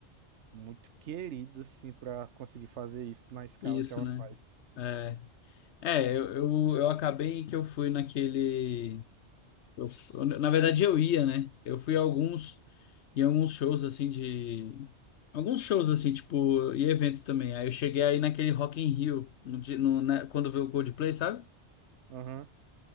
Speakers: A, on the right; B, on the left.
A: muito querido, assim, pra conseguir fazer isso na escala
B: isso,
A: que ela
B: né?
A: faz.
B: É, é eu, eu, eu acabei que eu fui naquele. Eu, eu- na verdade, eu ia, né? Eu fui a alguns, em alguns shows, assim, de... Alguns shows, assim, tipo, e eventos também. Aí eu cheguei aí naquele Rock in Rio, no, di- no, né, quando veio o Coldplay, sabe?
A: Aham.